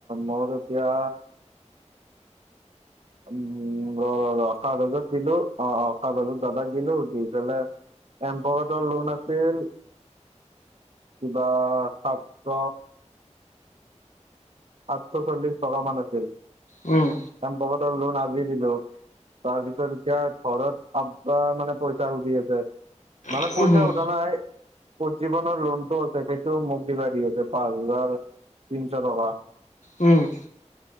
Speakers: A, on the right; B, on the left.
A: মোৰ এতিয়া উম পোন্ধৰ সাত হাজাৰ দিলো অ অ সাত হাজাৰ দাদাক দিলো দি পেলাই এম্পকডৰ লোন আছিল কিবা সাতশ সাতশ চল্লিশ টকা মান আছিল
B: উম
A: এমপকডৰ লোন আজি দিলো তাৰপিছত এতিয়া ঘৰত আবা মানে পইচা সুধি আছে মানে
B: উম
A: পইচা সোধা নাই উজ্জীৱনৰ লোনটো আছে সেইটো মোক দিবা দি আছে পাঁচ হাজাৰ তিনশ টকা
B: উম